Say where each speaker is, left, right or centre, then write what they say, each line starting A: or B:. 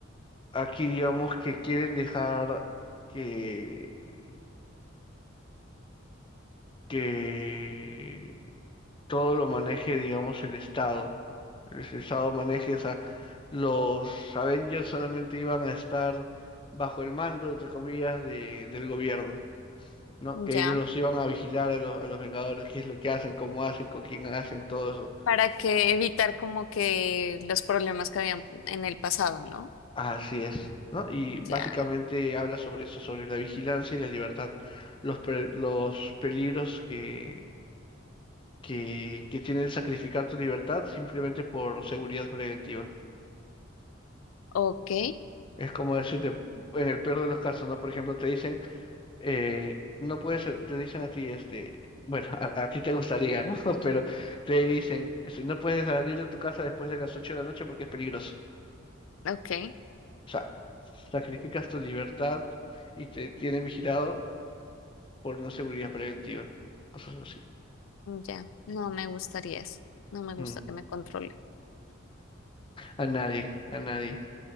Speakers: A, on the left; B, on the left.
A: aquí digamos que quieren dejar que, que todo lo maneje, digamos, el Estado, ¿no? El Estado maneje, o sea, los Avengers solamente iban a estar bajo el mando, entre comillas, de, del gobierno, ¿no? Que
B: Ya.
A: ellos los iban a vigilar a los, a los Vengadores, qué es lo que hacen, cómo hacen, con quién hacen, todo eso.
B: Para que evitar como que los problemas que habían en el pasado, ¿no?
A: Así es, ¿no? Y básicamente
B: Ya.
A: habla sobre eso, sobre la vigilancia y la libertad, los, pe- los peligros que, que, que tiene el sacrificar tu libertad simplemente por seguridad preventiva.
B: Ok,
A: Es como decirte, en el peor de los casos, ¿no? Por ejemplo, te dicen, eh, no puedes, sal- te dicen a ti, este, bueno, <laughs> a, a ti te gustaría, ¿no? <laughs> Pero te dicen, este, no puedes salir de tu casa después de las 8 de la noche porque es peligroso.
B: ok.
A: O sea, sacrificas tu libertad y te tienen vigilado por no seguridad preventiva, cosas así.
B: Ya. No me gustaría eso. No me gusta
A: Mm.
B: que me controle.
A: A nadie, a nadie.